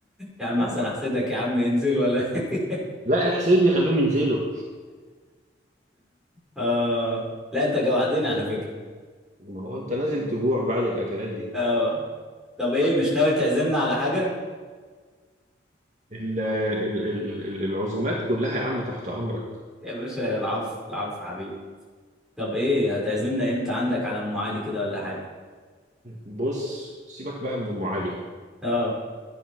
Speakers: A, in the centre; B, on the right.
A: يا عم
B: آه.
A: احسن احسدك يا عم انزل ولا <laughs>
B: لا احسدني خليهم ينزلوا
A: اه لا انت جوعتني على فكرة
B: ما هو انت لازم تجوع بعد الاكلات دي
A: اه طب ايه مش ناوي تعزمنا على حاجة
B: ال ال ال ال- العزومات كلها يا عم تحت امرك
A: يا باشا العفو العفو حبيبي طب ايه هتعزمنا امتى عندك على ام علي كده ولا حاجة
B: بص سيبك بقى من ام علي
A: اه